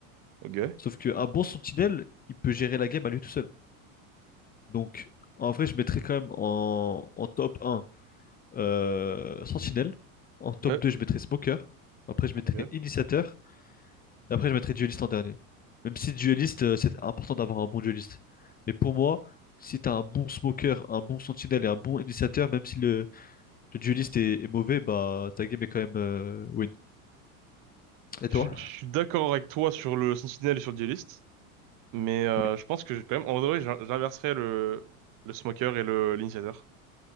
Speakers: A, on the right; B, on the left.
A: Ok.
B: Sauf qu'un bon sentinelle, il peut gérer la game à lui tout seul. Donc, en vrai, je mettrais quand même en, en top un euh, sentinelle. En top
A: Ouais,
B: 2 je mettrais Smoker. Après, je
A: ok.
B: mettrais initiateur. Et après, je mettrais dueliste en dernier. Même si dueliste, euh, c'est important d'avoir un bon dueliste. Mais pour moi, si t'as un bon smoker, un bon sentinelle et un bon initiateur, même si le, le dueliste est, est mauvais, bah ta game est quand même euh, win. Et toi?
A: Je je suis d'accord avec toi sur le Sentinel et sur le Duelist, mais euh,
B: oui
A: je pense que j'ai quand même, en vrai, j'in- j'inverserais le, le Smoker et le l'Initiateur.